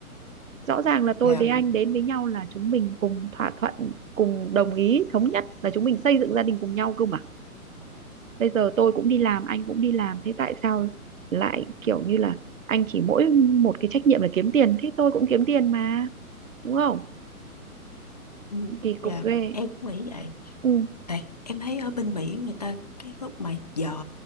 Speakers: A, on the right (about 60°); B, on the left (about 30°).
A: rõ ràng là tôi
B: dạ
A: với Ừ. anh đến với nhau là chúng mình cùng thỏa thuận cùng đồng ý thống nhất là chúng mình xây dựng gia đình cùng nhau cơ mà bây giờ tôi cũng đi làm anh cũng đi làm thế tại sao lại kiểu như là anh chỉ mỗi một cái trách nhiệm là kiếm tiền thế tôi cũng kiếm tiền mà đúng không
B: Ừ,
A: kỳ cục
B: dạ
A: ghê
B: em cũng nghĩ vậy
A: ừ
B: tại em thấy ở bên Mỹ người ta cái lúc mà vợ